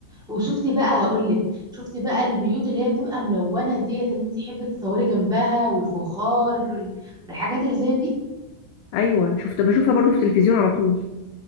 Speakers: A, in the centre; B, on the left.
A: وشفتي بقى هقول لك شفتي بقى البيوت اللي هي بتبقى ملونه ديت ان انت تحبي تصوري جنبها والفخار وال- والحاجات اللي زي دي
B: ايوه شفت بشوفها برضو في التلفزيون على طول